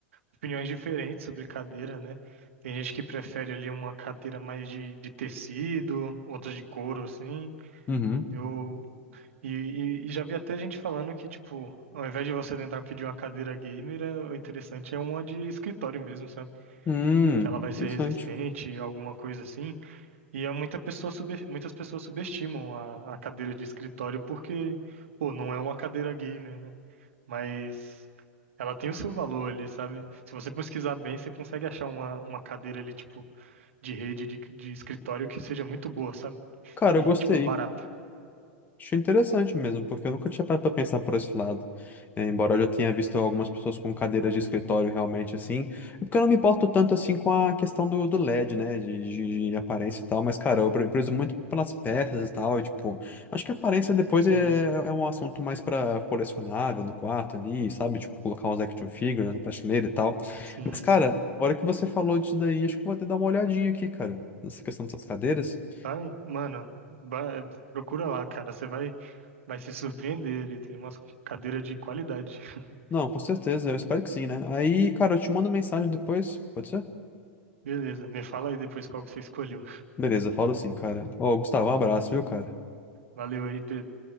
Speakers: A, on the right; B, on the left.
A: opiniões diferentes sobre cadeira, né? Tem gente que prefere ali uma cadeira mais de, de tecido, outras de couro, assim.
B: Uhum.
A: Eu e, e- e já vi até gente falando que, tipo, ao invés de você tentar pedir uma cadeira gamer, é- o interessante é uma de escritório mesmo, sabe?
B: Hum,
A: Que ela vai ser
B: interessante.
A: resistente, alguma coisa assim. E é muita pessoa sub- muitas pessoas subestimam a, a cadeira de escritório porque, pô, não é uma cadeira gamer, né? mas ela tem o seu valor ali, sabe? Se você pesquisar bem, você consegue achar uma, uma cadeira ali, tipo, de rede, de, de escritório que seja muito boa, sabe?
B: Cara,
A: E,
B: eu gostei.
A: tipo, barato
B: Achei interessante mesmo, porque eu nunca tinha parado pra pensar por esse lado. É, embora eu já tenha visto algumas pessoas com cadeiras de escritório realmente assim. É porque eu não me importo tanto assim com a questão do, do LED, né? De, de- de aparência e tal. Mas, cara, eu pre- prezo muito pelas peças e tal. E, tipo, acho que a aparência depois
A: Sim,
B: é, é um assunto mais pra colecionável no quarto ali, sabe? Tipo, colocar uns action figures na prateleira e tal.
A: sim,
B: Mas, cara,
A: sim.
B: a hora que você falou disso daí, acho que eu vou até dar uma olhadinha aqui, cara. Nessa questão dessas cadeiras.
A: Vai, mano, vai- procura lá, cara. Você vai, vai se surpreender ali. Tem umas cadeiras de qualidade. <laughs>
B: Não, com certeza, eu espero que sim, né? Aí, cara, eu te mando mensagem depois, pode ser?
A: Beleza, me fala aí depois qual que você escolheu.
B: Beleza, falo assim, cara. Ó, Gustavo, um abraço, viu, cara?
A: Valeu aí, Pedro.